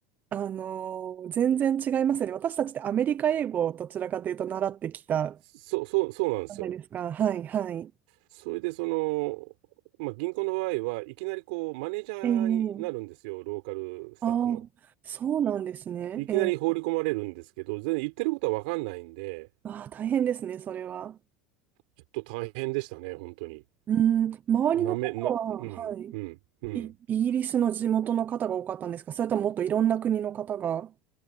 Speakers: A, on the right; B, on the right.
A: あのー全然違いますよね。私たちってアメリカ英語をどちらかというと習ってきた
B: そう、そう、そうなんですよ。
A: じゃないですか。はい、はい。
B: それでその、まあ、銀行の場合はいきなりこうマネージャーになるんですよ、
A: ええ
B: ローカルスタッフの。
A: ああ、そうなんですね。
B: いきなり放り込まれるんですけど、
A: ええ
B: 全然言ってることはわかんないんで、
A: ああ、大変ですね、それは。
B: ちょっと大変でしたね、本当に。
A: うん、周りの方は、
B: なめ、な、うん、
A: はい、
B: うん、うん。
A: い、イギリスの地元の方が多かったんですかそれとももっといろんな国の方が。